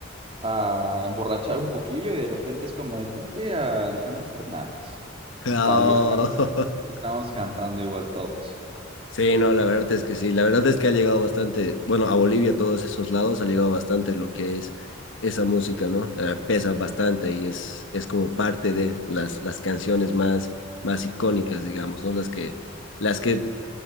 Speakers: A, on the right; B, on the left.
A: a emborrachar un poquillo y de repente es como de ponte a Alejandro Fernández
B: No.
A: y tal, y están, ahí
B: <laughs>
A: estábamos cantando igual todos.
B: Sí, no, la verdad es que sí. La verdad es que ha llegado bastante, bueno, a Bolivia, a todos esos lados, ha llegado bastante lo que es esa música, ¿no? Eh, pesa bastante y es, es como parte de las, las canciones más, más icónicas, digamos, ¿no? Las que, las que,